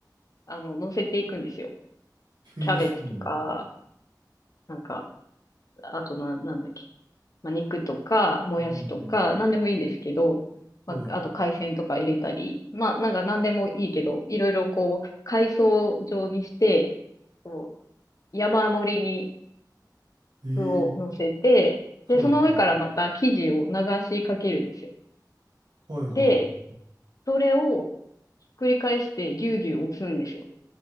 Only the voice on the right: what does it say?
ええー、
そうなんだよ
うんうん。
はい。
ええー
はいはい。
はいはい。